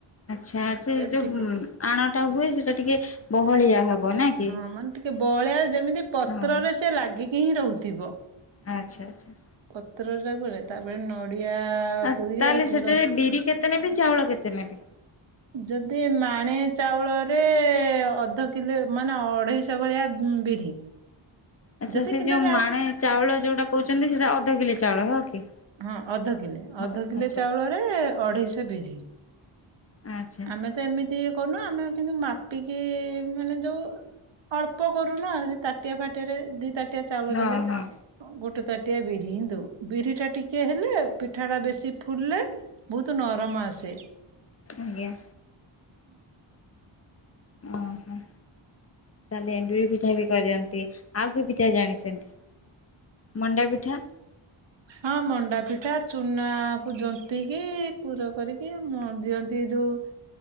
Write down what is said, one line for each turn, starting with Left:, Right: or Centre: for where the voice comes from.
Left: ଆଚ୍ଛା ଆଚ୍ଛା
Right: ସେଟା
Left: ଏ ଯୋଉ
Right: ଟିକେ
Left: ଆଣଟା ହୁଏ ସେଟା ଟିକେ ବହଳିଆ ହବ ନାଁ?
Right: ହଁ ମାନେ ଟିକେ ବଅଳିଆ ଯେମିତି ପତ୍ରରେ
Left: ହଁ
Right: ସେ ଲାଗିକି ହିଁ ରହୁଥିବ।
Left: ଆଚ୍ଛା ଆଚ୍ଛା।
Right: ପତ୍ର ଯା କୁରା ତାପରେ ନଡ଼ିଆ
Left: ଆ
Right: କୋରିକି
Left: ତାହେଲେ
Right: ତାକୁ
Left: ସେଠାରେ
Right: ପୁର
Left: ବିରି କେ ତେ ନେବି ଚାଉଳ କେତେ ନେବି?
Right: ଯଦି ମାଣେ ଚାଉଳରେ ଅଧ କିଲେ ମାନେ ଅଢ଼େଇଶ ଭଳିଆ ବିରି।
Left: ଆଚ୍ଛା
Right: ଯଦି
Left: ସେ ଯୋଉ
Right: ଯଦି
Left: ମାଣେ ଚାଉଳ ଯୋଉଟା କୋହୁଚନ୍ତି ସେଟା ଅଧ କିଲେ ଚାଉଳ, ହ କି?
Right: ହଁ ଅଧ କିଲେ
Left: ହଉ
Right: ଅଧ କିଲେ
Left: ଆଚ୍ଛା
Right: ଚାଉଳରେ ଅଢ଼େଇଶ ବିରି।
Left: ଆଚ୍ଛା।
Right: ଆମେ ତ ଏମିତି କରୁନୁ ଆମେ କିନ୍ତୁ ମାପିକି ମାନେ ଯୋଉ ଅଳ୍ପ କରୁ ନା ସେ ତାଟିଆ ଫାଟିଆରେ ଦି ତାଟିଆ ଚାଉଳ
Left: ହଁ
Right: ଦେଲେ।
Left: ହଁ
Right: ଅଁ ଗୋଟେ ତାଟିଆ ବିରି ହିଁ ଦଉ ବିରିଟା ଟିକେ ହେଲେ ପିଠାଟା ବେଶୀ ଫୁଲେ ବୋହୁତୁ ନରମ ଆସେ।
Left: ଆଜ୍ଞା।
Right: ଉଁ।
Left: ଅହଁ। ତାହେଲେ ଏଣ୍ଡୁରି ପିଠା ବି କରିଅନ୍ତି। ଆଉ କି ପିଠା ଜାଣିଚନ୍ତି? ମଣ୍ଡା ପିଠା?
Right: ହଁ ମଣ୍ଡା ପିଠା ଚୁନାକୁ ଜନ୍ତିକି ପୁର କରିକି ମ ଦିଅନ୍ତି ଯୋଉ